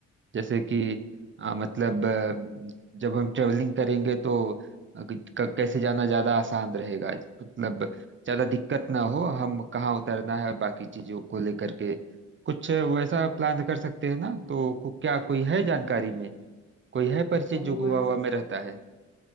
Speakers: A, on the right (about 40°); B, on the left (about 75°).
A: जैसे कि आ, मतलब अ, जब हम ट्रेवलिंग करेंगे तो अ, क- कैसे जाना ज़्यादा आसान रहेगा मतलब ज़्यादा दिक्कत ना हो हम कहाँ उतरना है और बाकी चीज़ों को लेकर के कुछ वैसा प्लान कर सकते हैं ना तो को, क्या कोई है जानकारी में कोई है परिचित
B: अब
A: जो
B: वो
A: गोवा
B: ऐस-
A: हुआ में रहता है